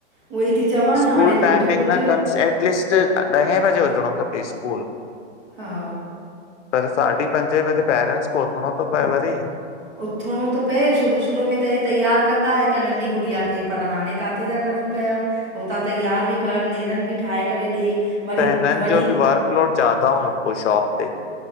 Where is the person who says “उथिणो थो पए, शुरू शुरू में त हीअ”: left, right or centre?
Right